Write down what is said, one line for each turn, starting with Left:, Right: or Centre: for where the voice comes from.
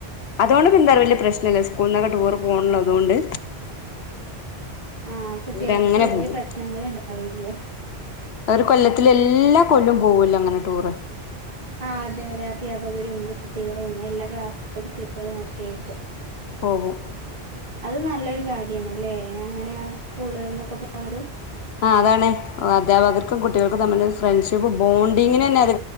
Left: അതോണ്ട് <unintelligible> വല്യ പ്രശ്നല്ല സ്കൂള്ന്നൊക്കെ ടൂർ പോണ്ള്ളതോണ്ട്.
Right: ആ കുട്ടികൾക്ക്
Left: ഓരങ്ങനെ
Right: വല്യ
Left: പോകും
Right: പ്രശ്നങ്ങള് ഇണ്ടാവില്ല.
Left: ഒരു കൊല്ലത്തിലെല്ലാ കൊല്ലോം പോവൂല്ലോ അങ്ങനെ ടൂറ്.
Right: ആഹ് അതെ അതെ അധ്യാപകരും കുട്ടികളും എല്ലാ ക്ലാസ്ത്തെ കുട്ടികളും ഒക്കേയിട്ട്.
Left: പോകും
Right: അത് നല്ലൊരു കാര്യണല്ലേ അങ്ങനെ സ്കൂളിന്നൊക്കെ പോണത്.
Left: ആഹ് അതാണ് അധ്യാപകർക്കും കുട്ടികൾക്കും തമ്മിൽ ഫ്രണ്ട്ഷിപ്പ് ബോണ്ടിങ്ങിനന്നെ അത്